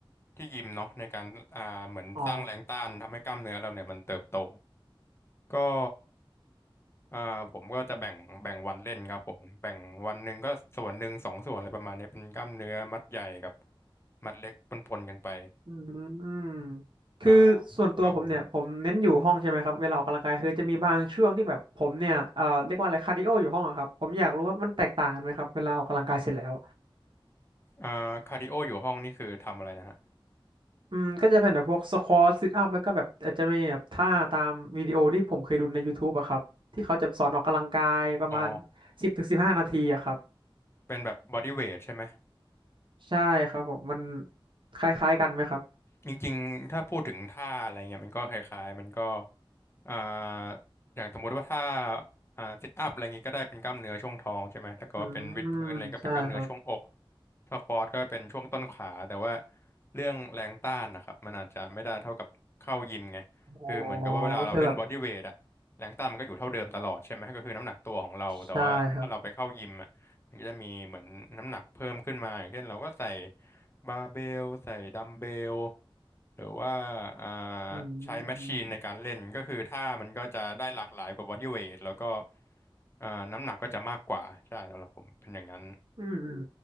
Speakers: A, on the left (about 25°); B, on the right (about 60°).
A: ที่ยิมเนาะในการอ่าเหมือนสร้างแรงต้านทำให้กล้ามเนื้อเราเนี่ยมันเติบโต
B: อ๋อ
A: ก็อ่าผมก็จะแบ่งแบ่งวันเล่นครับผมแบ่งวันหนึ่งก็ส่วนหนึ่งสองส่วนอะไรประมาณนี้เป็นกล้ามเนื้อมัดใหญ่กับมัดเล็กปนๆกันไป
B: อืมคือส่วนตัวผมเนี่ยผมเน้นอยู่ห้องใช่ไหมครับเวลาออกกำลังกายคือจะมีบางช่วงที่แบบผมเนี่ยเอ่อเรียกว่าอะไรคาร์ดิโออยู่ห้องอะครับผมอยากรู้ว่ามันแตกต่างกันไหมครับเวลาออกกำลังกายเสร็จแล้ว
A: อ่าครับผมอ่าคาร์ดิโออยู่ห้องนี่คือทำอะไรนะฮะ
B: อืมก็จะเป็นแบบพวกสควอตซิทอัพแล้วก็แบบอาจจะมีแบบท่าตามวิดีโอที่ผมเคยดูในย o u ูบอะครับที่เขาจะสอนออกกำลังกายประมาณ
A: อ๋อ
B: สิบถึงสิบห้านาทีอะครับ
A: เป็นแบบบอดี้เวทใช่ไหม
B: ใช่ครับผมมันคล้ายๆกันไหมครับ
A: จริงๆ ถ้าพูดถึงท่าอะไรเงี้ยมันก็คล้ายๆ มันก็อ่าอย่างสมมติว่าถ้าอ่าซิทอัพอะไรเงี้ยก็ได้เป็นกล้ามเนื้อช่วงท้องใช่ไหมถ้าเกิดว่าเป็นวิดพื้นอะไรก็เป็นกล้ามเนื้อช่วงอก
B: อืมใช่ครับ
A: สควอตก็เป็นช่วงต้นขาแต่ว่าเรื่องแรงต้านนะครับมันอาจจะไม่ได้เท่ากับเข้ายิมไงคือเหมือนกับว่าเวลาเราเล่นบอดี้เวทอะแรงต้านมันก็อยู่เท่าเดิมตลอดใช่ไหมก็คือน้ำหนักตัวของเราแต่ว่าถ้าเราไปเข้ายิมอะ
B: อ๋อก็คือแบบใช่ครับ
A: มันก็จะมีเหมือนน้ำหนักเพิ่มขึ้นมาอย่างเช่นเราก็ใส่บาร์เบลใส่ดัมเบลหรือว่าอ่า
B: อื
A: ใช้แมชชีนในการเล่นก็คือท่ามันก็จะได้หลากหลายกว่าบอดี้เวทแล้วก็
B: ม
A: อ่าน้ำหนักก็จะมากกว่าใช่สำหรับผมเป็นอย่างนั้น
B: อืมอืม